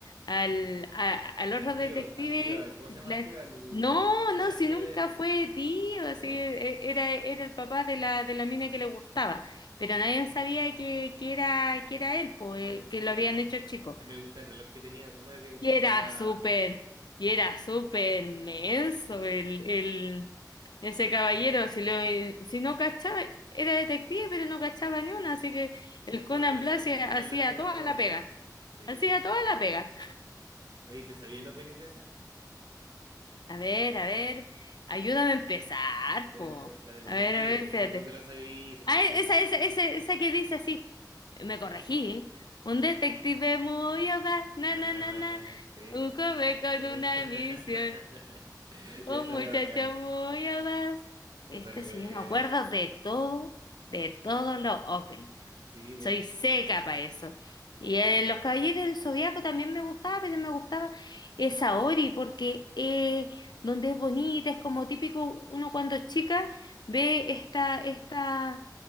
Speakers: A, on the left (about 75°); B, on the right (about 80°).
A: al, a- al otro
B: Al tío,
A: detective.
B: al tío, al, ¿cómo se llama
A: La-
B: el tío? Al,
A: No,
B: no
A: no,
B: era
A: si
B: el tío,
A: nunca
B: era el...
A: fue tío,
B: ¿No?
A: así eh, era, era el papá de la, de la mina que le gustaba. Pero nadie sabía que, que era, que era él, po, eh,
B: Era el
A: que
B: sí,
A: lo habían
B: sí.
A: hecho chico.
B: A mí me gusta el reloj que tenía, ¿cómo era que
A: Y
B: hablaba?
A: era súper, y era súper menso el, el, ese caballero. Si, lo, si no cachaba, era detective, pero no cachaba ni una. Así que
B: Sí,
A: el
B: el
A: Conan
B: Conan le hace-
A: Blase
B: el Conan
A: hacía
B: le hacía la
A: toda
B: tarea,
A: la pega.
B: pues. Sí,
A: Hacía
B: pues.
A: toda la pega.
B: Oye, ¿te sabías la opening de esa?
A: A ver, a ver, ayúdame a empezar,
B: Era
A: po.
B: eh, la del
A: A
B: detective.
A: ver, a ver, espérate.
B: Si tú te la sabías, si
A: Ah,
B: te la sabías.
A: esa, esa, esa, esa que dice así. Me corregí. ¿eh? Un detective muy audaz, na,
B: Maná,
A: na, na,
B: manan,
A: na.
B: sí.
A: Un joven con
B: Con-
A: una
B: <laughs>
A: misión. Un
B: Te sale
A: muchacho
B: bacán.
A: muy audaz.
B: Te
A: Este
B: sale buena.
A: sí, yo me acuerdo de todo, de todos los openings.
B: Sí, bu-
A: Soy seca para eso. Y eh, Los Caballeros del Zodiaco también me gustaba, pero me gustaba esa Ori, porque eh, donde es bonita, es como típico uno cuando es chica ve esta, esta